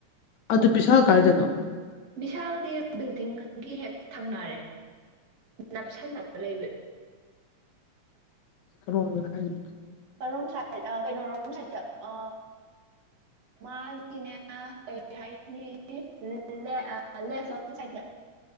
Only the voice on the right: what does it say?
ꯕꯤꯚꯤꯁꯥꯜꯒꯤ ꯕꯤꯜꯗꯤꯡꯒꯤ ꯍꯦꯛ ꯊꯪꯅꯔꯦ ꯅꯥ ꯁꯥꯥꯟꯅꯕ ꯂꯩꯕꯨ
ꯀꯔꯣꯝ ꯁꯥꯏꯠ ꯀꯩꯅꯣ ꯔꯣꯡ ꯁꯥꯏꯗꯠꯇ ꯃꯥꯒꯤꯅꯦ ꯀꯔꯤ ꯍꯥꯏꯒꯅꯤ <unintelligible> ꯁꯥꯏꯠꯇ